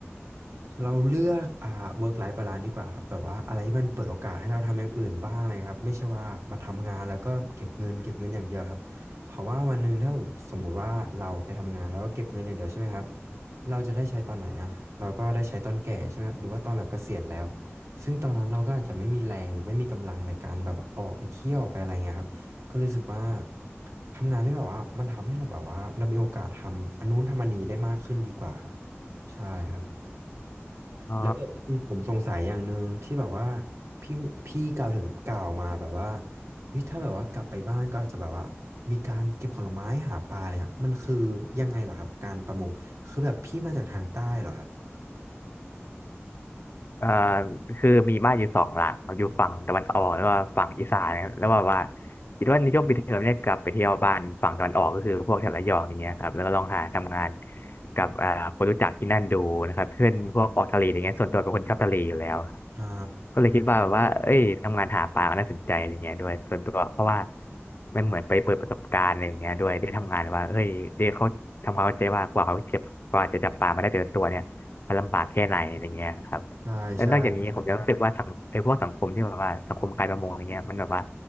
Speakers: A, on the right; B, on the left.
A: เราเลือกอ่า work life balance ดีกว่าครับแบบว่าอะไรที่มันเปิดโอกาสให้เราทำอย่างอื่นบ้างอะไรครับไม่ใช่ว่ามาทำงานแล้วก็เก็บเงินเก็บเงินอย่างเดียวครับเพราะว่าวันหนึ่งถ้าผมสมมุติว่าเราไปทำงานแล้วก็เก็บเงินอย่างเดียวใช่ไหมครับเราจะได้ใช้ตอนไหนอ่ะเราก็ได้ใช้ตอนแก่ใช่ไหมครับหรือว่าตอนแบบเกษียณแล้วซึ่งตอนนั้นเราก็อาจจะไม่มีแรงหรือไม่มีกำลังในการแบบออกไปเที่ยวออกไปอะไรเงี้ยครับก็รู้สึกว่าทำงานได้แบบว่ามันทำให้เราแบบว่าเรามีโอกาสทำอันนู้นทำอันนี้ได้มากขึ้นดีกว่าครับใช่ครับ
B: อ๋อ
A: แล้วแบบคือผมสงสัยอย่างหนึ่งที่แบบว่าพี่พี่กล่าวถึงกล่าวมาแบบว่าเฮ้ยถ้าแบบว่ากลับไปบ้านก็อาจจะแบบว่ามีการเก็บผลไม้หาปลาเนี่ยครับมันคือยังไงเหรอครับการประมงคือแบบพี่มาจากทางใต้เหรอครับ
B: เอ่อคือมีบ้านอยู่สองหลังครัอยู่ฝั่งตะวันออกแล้วก็ฝั่งอีสานนะครับแล้วแบบว่าคิดว่าในช่วงปิดเทอมเนี่ยกลับไปเที่ยวบ้านฝั่งตะวันออกก็คือพวกแถบระยองอย่างเงี้ยครับแล้วก็ลองหาทำงานกับเอ่อคนรู้จักที่นั่นดูนะครับเพื่อนพวกออกทะเลอย่างเงี้ยส่วนตัวเป็นคนชอบทะเลอยู่แล้ว
A: อ่า
B: ก็เลยคิดว่าแบบว่าเอ้ยทำงานหาปลามน่าสนใจอะไรเงี้ยด้วยส่วนตัวเพราะว่ามันเหมือนไปเปิดประสบการณ์อะไรอย่างเงี้ยด้วยได้ทำงานว่าเฮ้ยเด็กเขาทำความเข้าใจว่ากว่าเขาเจ็บกว่าจะจับปลามาได้แต่ละตัวเนี่ยมันลำบากแค่ไหนอะไรเงี้ยครับ
A: ใช่ใช่
B: แล้วนอกจากนี้ผมยังรู้สึกว่าสังไอ้พวกสังคมที่แบบว่าสังคมการประมงอะไรเงี้ยมันแบบว่า